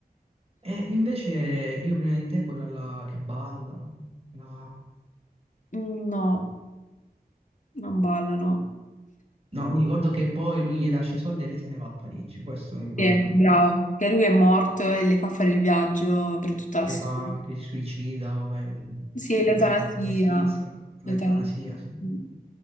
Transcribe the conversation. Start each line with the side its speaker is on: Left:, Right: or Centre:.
Right: E invece io prima di te, quella là che balla. No.
Left: Mm, No, non ballano.
Right: No, mi ricordo che poi lui gli lascia i soldi e lei se ne va a Parigi, questo mi ricordo.
Left: Sì, bravo. Che lui è morto e le fa fare il viaggio per tutta la
Right: Che
Left: storia.
Right: fa, che si suicida, o ve-
Left: Sì,
Right: sì,
Left: l'eutanasia.
Right: va in, va in Svizzera,
Left: L'eutanasia.
Right: l'eutanasia, sì.
Left: Mm.